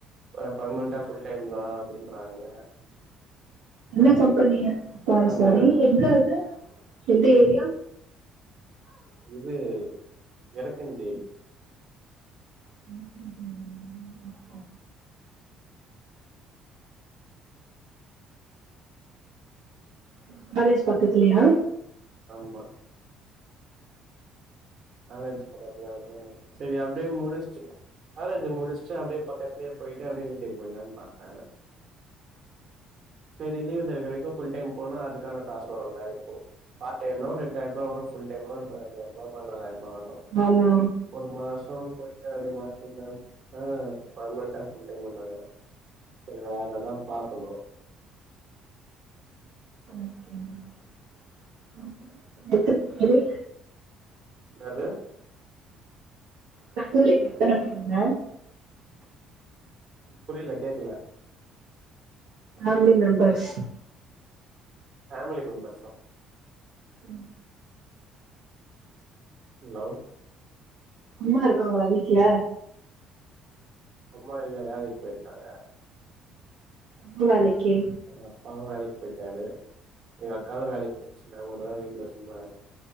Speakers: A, on the right (about 55°); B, on the right (about 80°).
A: ஆனா பர்மனென்டா ஃபுல் டைம்தா அப்டின்றாங்க
B: என்ன கம்பெனி சாரி சாரி
A: வேற
B: எந்த இது எந்த ஏரியா
A: இது எருக்கஞ்சேரி
B: எருக்கஞ்சேரியா ஒங்க காலேஜ் பக்கத்துலயா
A: ஆமா காலேஜ் பக்கதுலதா சரி அப்டியே முடிச்ட்டு காலேஜ் முடிச்சுட்டு அப்டியே பக்கத்துலே போய்ட்டு அப்டியே வீட்டுக்கு போயிடலானு பாத்தே செரி லீவ்ல இருக்க வரைக்கு ஃபுல் டைம் போனா அதுக்கான காசு வருல்ல எதுக்கூ பார்ட் டைம்னா ஒரு எட்டாயிரூபா வரு ஃபுல் டைம்னா ஒரு பதினஞ்சாயிரூபா பதுனாறாயிரூ பா வரு
B: ஆமா
A: ஒரு மாசோ போயிட்டு அப்டியே மாத்திகலாம் ஆ பர்மனன்ட்டா ஃபுல் டைமுன்னாங்க செரி வேறதா பாக்கணு
B: ஓகே ஓகே உங்க குடும்பத்துல எத்தன பேரு
A: என்னது
B: <unintelligible> எத்தன பேருங்க
A: புரியல கேக்கல
B: ஃபேமிலி மெம்பர்ஸ்
A: ஃபேமிலி மெம்பர்ஸா
B: ம்
A: ஹலோ
B: அம்மா இருக்காங்களா வீட்ல
A: அம்மா இல்ல வேலைக் போயிருக்காங்க
B: என்ன வேலைக்கு
A: எங்கப்பாவு வேலைக்கு போயிட்டாரு எங்க அக்காவு வேலைக்கு போயிச்சு நா ஒரு ஆளு வீட்ல சும்மா